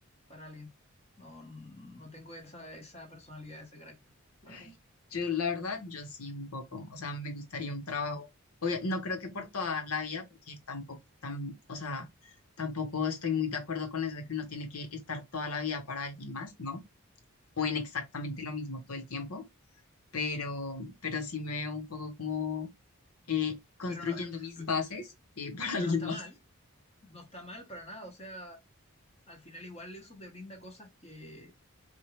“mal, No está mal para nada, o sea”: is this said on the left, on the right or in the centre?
Left